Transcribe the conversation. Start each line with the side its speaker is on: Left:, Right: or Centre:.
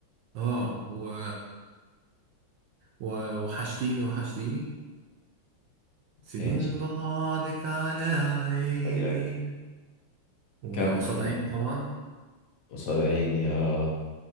Right: اه و... و... وحشتيني وحشتيني سنين
Left: ماشي
Right: بعدك على عيني
Left: قولي أكيد.
Right: وقصاد
Left: كمل
Right: عيني طبعا
Left: قصاد عيني اه